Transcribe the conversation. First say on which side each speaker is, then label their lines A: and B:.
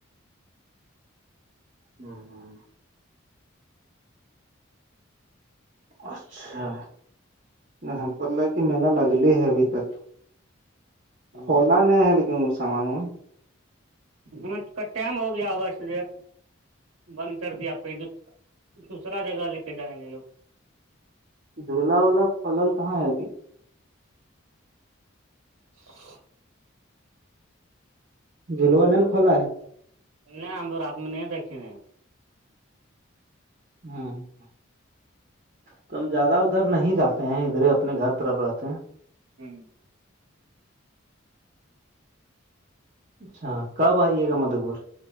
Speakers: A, on the right (about 45°); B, on the right (about 90°).
A: ہوں ہوں اچھا ہم کو ل کہ میلا لگل ہے ابھی تک
B: ہوں
A: خولا نہیں ہے لیکن وہ سامان و
B: ہم کا ٹائم ہو گیا ہوگا اس لیے بند کر دیا آپ کہیں تو دوسرا جگہ لے کے جائیں گے لوگ
A: جھولا وولا کھولل کہاں ہے ابھی
B: رععک
A: جولو نین کولا ہے
B: نہیں ہم ل رات میں نہیں دھھیے
A: ہاں تو ہم زیادہ ادھر نہیں جاتے ہیں ادھرے اپنے گھر طرف رہتے ہیں
B: ہوں
A: اچھا کب آئیے گا مدو پور